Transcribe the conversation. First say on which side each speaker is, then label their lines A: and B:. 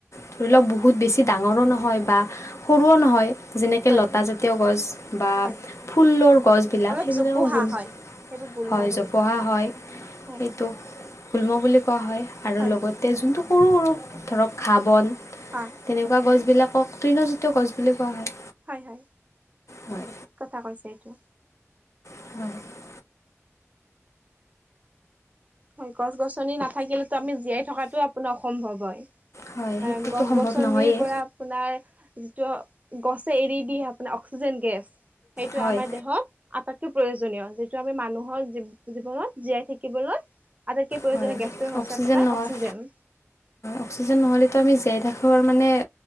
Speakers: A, on the left; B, on the right.
A: ধৰি লওক বহুত বেছি ডাঙৰো নহয় বা সৰুও
B: হয়
A: নহয় যেনেকে
B: হয়
A: লতা জাতীয় গছ বা
B: হয়
A: ফুলৰ গছ বিলাক
B: অলপ
A: সেইবিলাক
B: জোপোহা
A: গুল্ম।
B: হয় সেইবোৰ গুল্ম
A: হয়
B: বুলি
A: জোপোহা
B: কোৱা
A: হয়
B: হয়
A: সেইটো গুল্ম বুলি কোৱা হয় আৰু
B: হয়
A: লগতে। তেজ টো সৰু সৰু ধৰক ঘাঁ -বন
B: হয়
A: তেনেকুৱা গছবিলাকক তৃণজাতীয় গছ বুলি কোৱা হয়।
B: হয় হয়।
A: হয়।
B: ঠিক কথা কৈছে এইটো।
A: <unintelligible>
B: হয় গছ গছনি নাথাকিলেতো আমি জীয়াই থকাতটো আপোনাৰ অসম্ভৱ হয়।
A: হয়
B: কাৰণ
A: সেইটোতো
B: গছ
A: সম্ভৱ
B: গছনি
A: নহয়েই
B: পৰা- আপোনাৰ যিটো গছে এৰি দি আপোনাৰ অক্সিজেন গেছ- সেইটোয়ে
A: হয়
B: আমাৰ দেহত। আটাইতকৈ প্ৰয়োজনীয়, যিটো আমি মানুহৰ জীৱনত জীয়াই থাকিবলৈ- আটাইতকৈ প্ৰয়োজনীয়
A: হয়
B: গেছটোৱে হৈছে
A: অক্সিজেন
B: আপোনাৰ
A: নহয়
B: অক্সিজেন।
A: অক্সিজেন নহলেতো আমি জীয়াই থাকিব মানে